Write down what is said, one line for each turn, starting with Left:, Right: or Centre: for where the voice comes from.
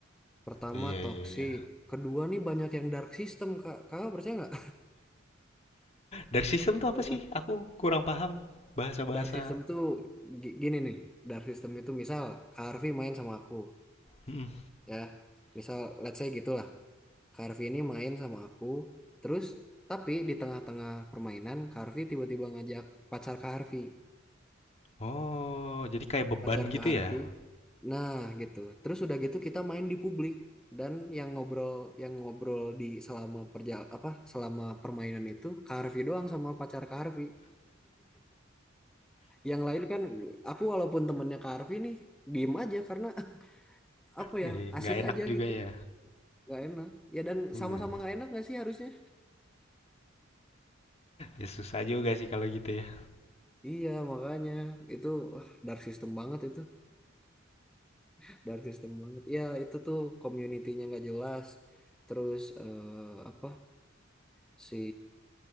Centre: Pertama
Left: iya
Centre: toksik,
Left: iya iya.
Centre: kedua nih banyak yang dark system Kak. Kakak percaya nggak?
Left: Dari sistem tuh
Centre: <laughs>
Left: apa
Centre: Banyak
Left: sih? Aku kurang paham bahasa-bahasa.
Centre: dark system tuh gi- gini nih, dark system itu misal Kak Harvey main sama aku
Left: Mhm.
Centre: ya. Misal let's say gitulah. Kak Harvey ini main sama aku, terus tapi di tengah-tengah permainan Kak Harvey tiba-tiba ngajak pacar Kak Harvey.
Left: Oh, jadi kayak beban
Centre: pacar
Left: gitu
Centre: ke Harvey.
Left: ya?
Centre: Nah, gitu. Terus udah gitu kita main di publik dan yang ngobrol yang ngobrol di selama perja apa selama permainan itu ke Harvey doang sama pacar ke Harvey. Yang lain kan aku walaupun temennya ke Harvey nih diem aja karena <laughs> apa
Left: Nggak
Centre: ya asik
Left: nggak enak
Centre: aja
Left: juga
Centre: gitu.
Left: ya.
Centre: Gak enak. Ya dan
Left: Hmm.
Centre: sama-sama gak enak gak sih harusnya?
Left: Ya susah juga sih kalau gitu ya.
Centre: Iya makanya itu wah, dark system banget itu. <laughs> Dark system banget. Ya itu tuh community-nya nggak jelas. Terus eh, apa si